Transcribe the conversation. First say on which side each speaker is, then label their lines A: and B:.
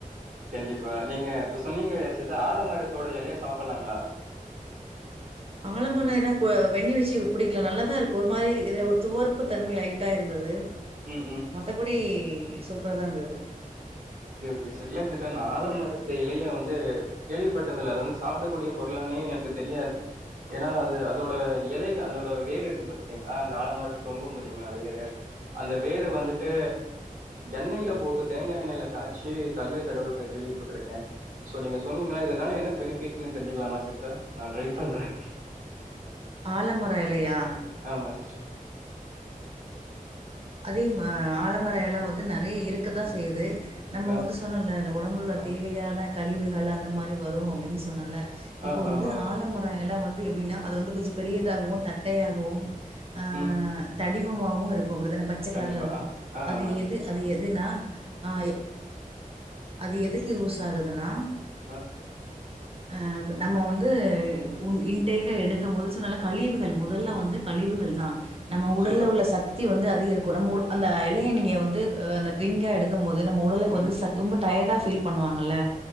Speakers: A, on the right (about 65°); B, on the right (about 40°).
A: கண்டிப்பா நீங்க இப்ப சொன்னீங்களே சிஸ்டர் ஆலமரத்தோட எலய சாப்பல்லாங்களா
B: ஆலமர எல அ வெண்ணி வச்சு குடிக்கல நல்லதா இருக்கு ஒரு மாரி ஒரு துவர்ப்பு தன்மை லைட்டா இருந்தது
A: ம் ம்
B: மத்தபடி சூப்பரா தா இருந்தது
A: ஓகே ஓகே சிஸ் இல்ல சிஸ்டர் இந்த ஆலமரத்து இலய வந்து கேள்விப்பட்டதில்ல அது வந்து சாப்புடக்கூடிய பொருளானே எனக்கு தெரியாது ஏன்னா அது அதோட எலைகள் அதோட வேறு இருக்கு பாத்தீங்களா அந்த ஆலமரத்துல தொங்கு பாத்தீங்களா வேரு அந்த வேரு வந்துட்டு எண்ணையில போட்டு தேங்காய் எண்ணொயில காட்சி தள்ளி இந் தடவரத்த கேள்விப்பட்டிருக்கே சோ நீங்க சொன்னீங்களா இதனால என்ன பெனிஃபிட்ன்னு தெரிஞ்சிகலாமா சிஸ்டர் நா ட்ரை பண்ற <inaudible>
B: ஆலமரோ இலையா
A: ஆமா சிஸ்டர்
B: அதே மா ஆலமர இலை வந்து நெறைய இருக்க தா செய்யுது நம்ம
A: ஆ
B: வந்து சொன்னல இந்த உடம்புள
A: ஆ
B: தேவையான கழிவுகள் அந்த மாறி வரு அப்புடின்னு சொன்னல
A: ஆ,
B: இப்போ வந்து
A: ஆமா, ஆமா.
B: ஆலமரோ இலை வந்து எப்புடின்னா அது வந்து கொஞ்சே பெரியதாகவு தட்டையாகவு ஆ
A: ம்.
B: தடிமமாவு இருக்கு அப்புடிதான பச்சை
A: கண்டிப்பா.
B: கலர்ல இருக்கு
A: ஆ, ஆ,
B: அது
A: ஆமா. சரி.
B: எது அது எதுனா ஆ அது எதுக்கு யூஸ் ஆகுதுன்னா
A: அ
B: ஆ நம்ம வந்து உன் இன்டேக்கா எடுக்கு போது சொன்னல்ல கழிவுகள் முதல்ல வந்து கழிவுகள் தா நம்ம உடல்ல
A: சூப்பர்.
B: உள்ள சக்தி வந்து அதிகரிக்கு நம்ம அந்த இலைய நீங்க வந்து ஆ அந்த டிரிங்கா எடுக்கு போது நம்ம உடலுக்கு
A: ம்,
B: வந்து ச ரொம்ப டயர்டா ஃபீல் பண்ணுவாங்கல்ல